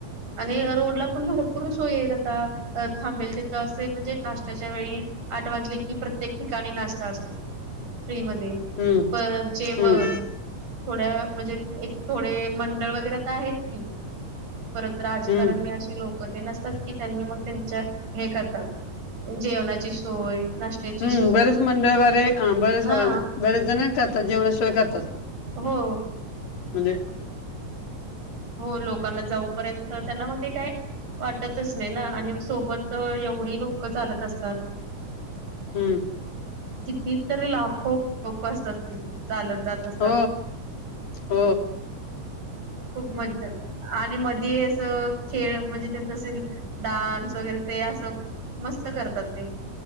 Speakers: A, on the right; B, on the left.
A: आणि रोडला पण भरपूर सोय येत आता थांबेल तिथं असे म्हणजे नाश्त्याच्या वेळी आठ वाजली की प्रत्येक ठिकाणी नाश्ता असतो फ्री म
B: हम्म
A: पण जेवण
B: हम्म
A: थोड्या म्हणजे एक थोडे मंडळ वगैरे तर आहेत की परत राजकारण
B: हम्म
A: मी अे लोक नसतात की त्यांनी मग त्यां हे करतात जेवणाची सोय नाश्त्याची
B: हम्म
A: सोय
B: बरेच मंडळ वारे बरेच
A: हा
B: बरेच जण करतात जेवणाशिवाय करतात
A: हो
B: म्हजे
A: हो लोकांना जाऊपर्यंत त्यांना मग ते काय वाटतच नाही ना आणि सोबत एवढी लोक चालत असतात
B: हम्म
A: किती तरी लाखो लोक असतात चालत जात असतात
B: ह ह
A: खूप मज्जा आणि मध्येी असं खेळ म्हणजे त्यांच डान्स वगैरे ते असं मस्त करतात ते